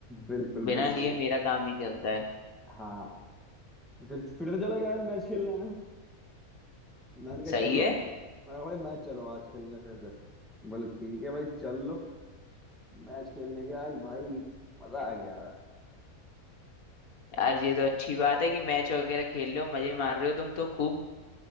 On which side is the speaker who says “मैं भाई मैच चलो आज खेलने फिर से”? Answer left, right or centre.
Centre